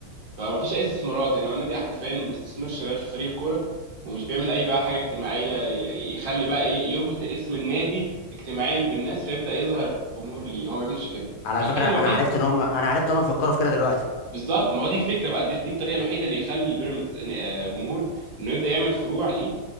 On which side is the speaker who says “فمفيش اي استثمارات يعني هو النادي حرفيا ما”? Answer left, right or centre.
Right